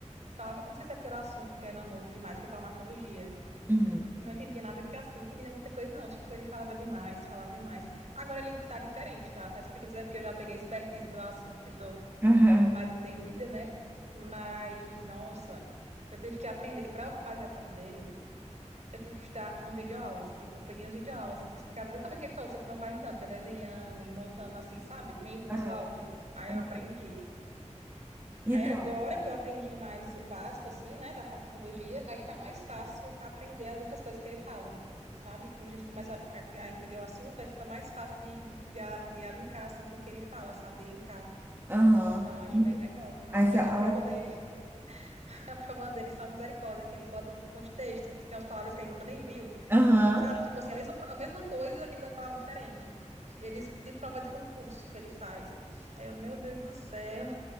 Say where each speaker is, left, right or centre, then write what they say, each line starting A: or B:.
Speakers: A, on the right (about 65°); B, on the right (about 15°).
A: falava, não sei se é porque era o assunto que era novo demais, que é farmacologia.
B: Uhum.
A: Não entendia nada, que assim, não entendia muita coisa, não. Tipo, ele falava demais, falava demais. Agora ele tá diferente, tá? Tá explicando, não sei se é porque eu já peguei a expertise do assunto e tô
B: <laughs>
A: mais entendida, né? Mas, nossa, eu tive que aprender, para fazer a prova dele eu tive que estudar um videoaulas, tipo, eu peguei as videoaulas que explicava exatamente o que ele falou, só que de uma forma dinâmica, desenhando e montando assim, sabe? Meio visual,
B: Aham,
A: que eu- aí
B: aham,
A: eu aprendi.
B: aham. Então,
A: Aí agora que eu aprendi mais o básico, assim, né, da farmacologia, aí tá mais fácil aprender as outras coisas que ele fala, sabe? Quando a gente começa a, a entender o assunto, aí fica mais fácil de, de, a- de alinhar, assim, com o que ele fala, sabe? De linkar.
B: aham.
A: Então, eu acho bem legal. sabe?
B: Essa,
A: Mas
B: a-
A: a prova dele, <laughs> a prova dele, só misericórdia, que ele bota, tipo, uns textos, que são umas palavras que ele nunca nem viu.
B: aham.
A: Sabe? Tipo assim, a mesma, a mesma coisa, aquele bate palavra diferente. Ele de prova de concurso que ele faz. Aí eu, meu Deus do céu.